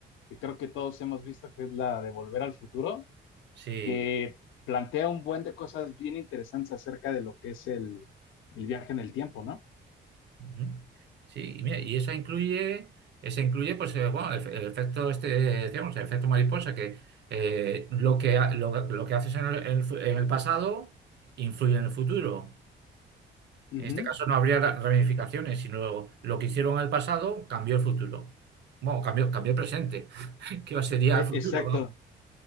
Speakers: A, on the left; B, on the right.
A: que creo que todos hemos visto, que es la de Volver al Futuro,
B: sí.
A: que plantea un buen de cosas bien interesantes acerca de lo que es el, el viaje en el tiempo, ¿no?
B: Ujú. Sí, y mira, y esa incluye, esa incluye, pues, eh, bueno, el, el efecto este, decíamos, el efecto mariposa, que eh, lo que, ha- lo, lo que haces en el, en el fu- en el pasado influye en el futuro.
A: Ujú,
B: En este caso no habría ra- ramificaciones, sino lo que hicieron en el pasado cambió el futuro. Bueno, cambió, cambió el presente, <laughs> que sería
A: e-
B: el futuro,
A: Exacto.